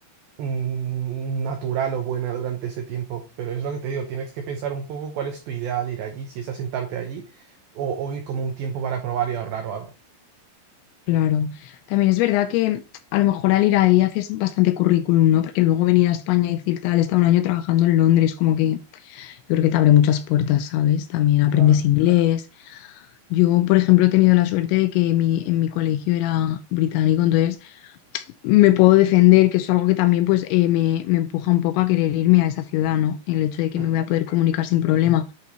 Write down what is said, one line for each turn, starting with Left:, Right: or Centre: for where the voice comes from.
Right: mm, natural o buena durante ese tiempo. Pero es lo que te digo, tienes que pensar un poco cuál es tu ideal ir allí, si es asentarte allí o, o ir como un tiempo para probar y ahorrar o algo.
Left: Claro. También es verdad que a lo mejor al ir ahí haces bastante currículum, ¿no? Porque luego venir a España y decir tal, he estado un año trabajando en Londres, como que yo creo que te abre muchas puertas, ¿sabes? También aprendes
Right: Claro.
Left: Claro. inglés. Yo, por ejemplo, he tenido la suerte de que mi, en mi colegio era británico, entonces me puedo defender, que es algo que también pues eh, me, me empuja un poco a querer irme a esa ciudad, ¿no? El hecho de que
Right: Mm.
Left: me voy a poder comunicar sin problema.